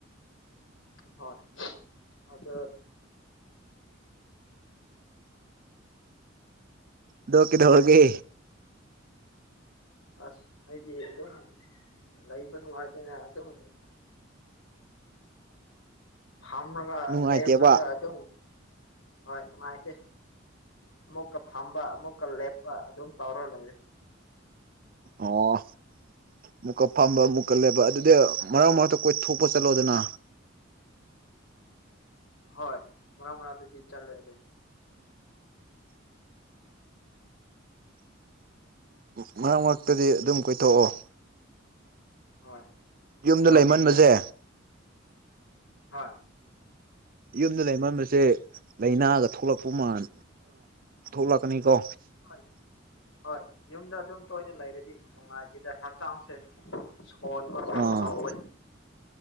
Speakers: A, on the left; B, on the right.
A: ꯍꯣꯏ ꯑꯗ <inaudible>
B: ꯗꯣꯀꯤꯗ ꯍꯒꯦ
A: ꯑꯁ ꯑꯩꯗꯤ ꯑꯗꯨꯝ ꯂꯩꯕ ꯅꯨꯡꯉꯥꯏꯇꯅ ꯑꯗꯨꯝ ꯑ ꯐꯝꯃꯒ
B: ꯅꯨꯡꯉꯥꯏꯇꯦꯕ
A: ꯂꯦꯞꯒ ꯑꯗꯨꯝ ꯍꯣꯏ ꯅꯨꯡꯉꯥꯏꯇꯦ ꯑꯃꯨꯛꯀ ꯐꯝꯕ ꯑꯃꯨꯛꯀ ꯂꯦꯞꯄ ꯑꯗꯨꯝ ꯇꯧꯔ ꯂꯩꯔꯦ
B: ꯑꯣ ꯃꯨꯛꯀ ꯐꯝꯕ ꯑꯃꯨꯛꯀ ꯂꯩꯕ ꯑꯗꯨꯗꯤ ꯃꯔꯛ ꯃꯔꯛꯇ ꯑꯩꯈꯣꯏ ꯊꯣꯛꯄ ꯆꯠꯂꯣꯗꯅ
A: ꯍꯣꯏ ꯃꯔ ꯃꯔꯥꯡ ꯑꯗꯨꯗꯤ ꯆꯠꯂꯣꯏ ꯑꯗꯨꯝ
B: ꯎꯝ ꯃꯔꯛ ꯃꯔꯛꯇꯗꯤ ꯑꯗꯨꯝ ꯀꯣꯏꯊꯣꯛꯑꯣ
A: ꯍꯣꯏ
B: ꯌꯨꯝꯗ
A: ꯏꯇꯥꯎꯗꯤ
B: ꯂꯩꯃꯟꯕꯁꯦ
A: ꯍꯣꯏ
B: ꯌꯨꯝꯗ ꯂꯩꯃꯟꯝꯕꯁꯦ ꯂꯥꯏꯅꯥꯒ ꯊꯣꯛꯂꯛꯄ ꯃꯜ ꯊꯣꯛꯂꯛꯀꯅꯤ ꯀꯣ
A: ꯍꯣꯏ ꯍꯣꯏ ꯌꯨꯝꯗ ꯑꯗꯨꯝ ꯇꯣꯏꯅ ꯂꯩꯔꯗꯤ ꯅꯨꯡꯉꯥꯏꯈꯤꯗ ꯍꯛꯆꯥꯡꯁꯦ ꯍꯣꯟꯕ
B: ꯑꯥ
A: ꯍꯧꯋꯤ